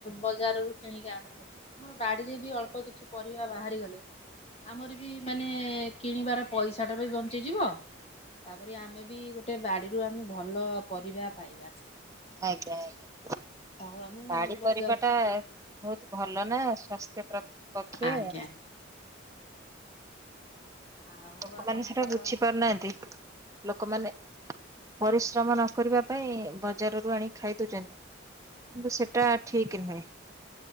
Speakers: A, on the left (about 30°); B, on the right (about 15°).
A: ବଜାରରୁୁ କିଣିକି ଆଣୁଛନ୍ତି ଆମର ବାଡିରେ ବି ଅଳ୍ପ କିଛି ପରିବା ବାହାରିଗଲେ। ଆମର ବି ମାନେ କିଣିବାର ପଇସାଟା ବଞ୍ଚିଯିବ ତାପରେ ଆମେ ବି ଗୋଟେ ବା ରୁ ଆମେ ଭଲ ପରିବା ପାଇବା
B: ଆଜ୍ଞା ଆଜ୍ଞା
A: ଆଉ ଆମେ
B: ବାଡି
A: ବଜାର
B: ପରିବାଟା ଟା ବହୁତ ଭଲ ନା ସ୍ୱାସ୍ଥ୍ୟ ପ୍ର ପକ୍ଷେ
A: ଆଜ୍ଞା ଆଉ
B: ଲୋକମାନେ
A: ଆପଣଙ୍କର
B: ସେଟା ବୁଝି ପାରୁନାହାନ୍ତି। ଲୋକମାନେ ପରିଶ୍ରମ ନ କରିବା ପାଇଁ ବଜାରରୁ ଆଣିି ଖାଇ ଦଉଛନ୍ତି। କିନ୍ତୁ ସେଟା ଠିକ ନୁହେଁ